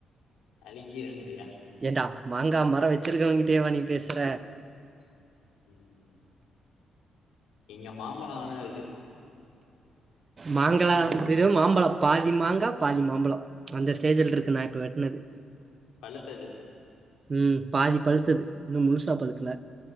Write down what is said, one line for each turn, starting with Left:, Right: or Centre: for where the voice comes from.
Left: அழுகிருங்கிறியா
Right: ஏன்டா மாங்கா மரோ வச்சிருக்கவங்கிட்டயே வா நீ பேசுற
Left: ம் இங்க மாம்பழோ வேணா இருக்கு
Right: மாங்கா இது மாம்பழம் பாதி மாங்கா பாதி மாம்பழோ அந்த ஸ்டேஜ்லருக்கு நா இப்ப வெட்னது
Left: பழுத்தது
Right: ம் பாதி பழுத்தது இன்னு முழுசா பழுக்கல